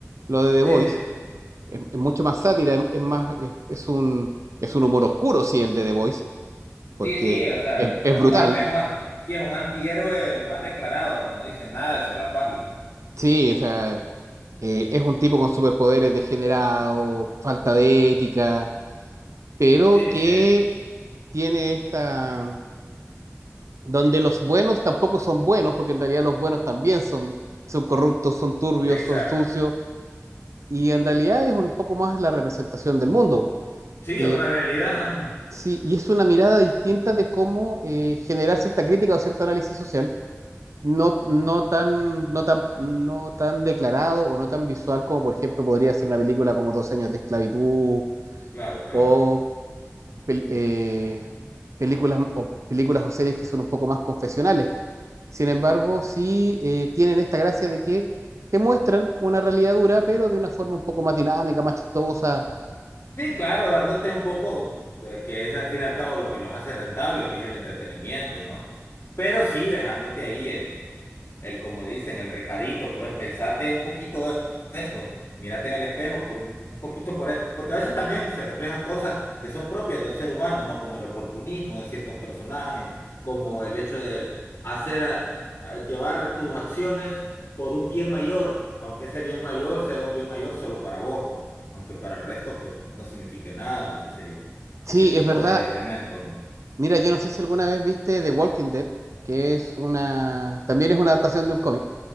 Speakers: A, on the right; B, on the left.
A: lo de The
B: Sí,
A: Voice,
B: sí.
A: es, es mucho más sátira, es, es más, es, es un, es un humor oscuro, sí, el de The Voice, porque
B: Sí, sí, o sea,
A: es,
B: es
A: es brutal,
B: un, a- es un, a- sí, es un antihéroe más declarado, como dicen, nada de solaparlo.
A: sí, o sea, Eh, es un tipo con superpoderes degenerado, falta de ética, pero
B: Sí,
A: que
B: sí.
A: tiene esta... donde los buenos tampoco son buenos, porque en realidad los buenos también son, son corruptos, son turbios,
B: Exacto.
A: son sucios, y en realidad es un poco más la representación del mundo.
B: Sí,
A: Eh,
B: es una realidad. <laughs>
A: sí, y es una mirada distinta de cómo eh, generar cierta crítica o cierto análisis social, no, no tan, no tan, no tan declarado o no tan visual como, por ejemplo, podría ser una película como Dos años de esclavitud
B: Claro, claro.
A: o pel- eh, películas o películas o series que son un poco más confesionales. Sin embargo, sí eh, tienen esta gracia de que te muestran una realidad dura, pero de una forma un poco más dinámica, más chistosa.
B: Sí, claro, dándote un poco, eh, que es al fin y al cabo lo que los hace rentable, que es el entretenimiento, ¿no? Pero sí dejándote ahí el el, como dicen, el recadito, pues pensate un poquito de esto, mírate en el espejo por un, un poquito por eso, porque a veces también se reflejan cosas que son propias del ser humano, ¿no? Como el oportunismo de ciertos personajes, como el hecho de hacer, a- a llevar tus acciones por un bien mayor, aunque ese bien mayor sea un bien mayor solo para vos, pues, aunque para el resto, pues, no signifique nada, o qué sé yo.
A: Sí,
B: Ese tipo
A: es verdad.
B: de elementos, ¿no?
A: Mira, yo no sé si alguna vez viste The Walking Dead, que es una, también es una adaptación de un cómic,